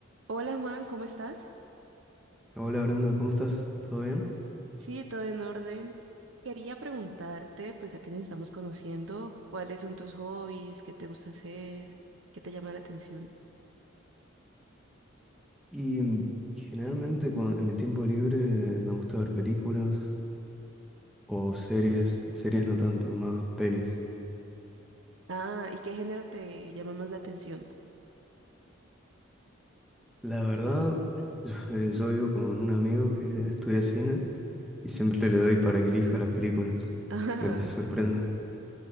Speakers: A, on the right (about 70°); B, in the centre.
A: Hola Juan, ¿cómo estás?
B: Hola Brenda, ¿cómo estás? ¿Todo bien?
A: Sí, todo en orden. Quería preguntarte, pues ya que nos estamos conociendo, ¿cuáles son tus hobbies? ¿Qué te gusta hacer? ¿Qué te llama la atención?
B: Y mm, generalmente cuan- en mi tiempo libre me gusta ver películas o series, series no tanto, más pelis.
A: Ah, ¿y qué género te llama más la atención? <laughs>
B: La verdad, <laughs> yo, eh, yo vivo con un amigo que estudia cine y siempre le doy para que elija las películas,
A: Ah,
B: que él me sorprende.